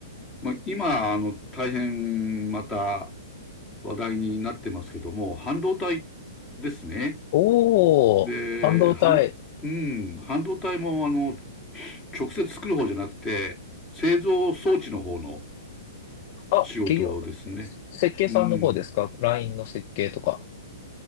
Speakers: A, on the left; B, on the left.
A: まあ、今、あの、大変また話題になってますけども、半導体ですね。
B: おお、
A: で、
B: 半導体。
A: 半、うん、半導体も、あの、直接作る方じゃなくて、製造装置の方の
B: あ、
A: 仕事ですね。
B: 企業、設計さんの方ですか
A: うん。
B: ?LINE の設計とか。